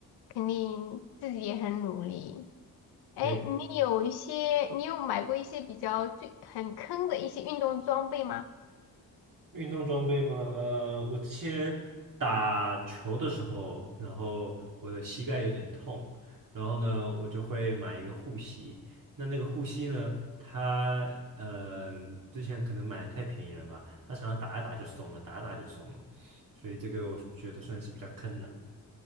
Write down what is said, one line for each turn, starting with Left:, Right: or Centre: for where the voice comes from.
Left: 肯定自己也很努力。哎，
Right: 对，
Left: 你有一些，你有买过一些比较最很坑的一些运动装备吗？
Right: 运动装备嘛，呃，我之前打球的时候，然后我的膝盖有点痛，然后呢，我就会买一个护膝。那那个护膝呢，它呃之前可能买的太便宜了吧，它常常打一打就松了，打一打就松了，所以这个我觉得算是比较坑的。